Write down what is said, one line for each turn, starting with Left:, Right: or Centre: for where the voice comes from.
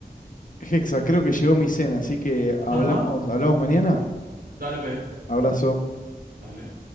Left: Hexa, creo que llegó mi cena, así que hablamos,
Right: Ajá.
Left: hablamos mañana.
Right: Dale, pe,
Left: Abrazo.
Right: dale.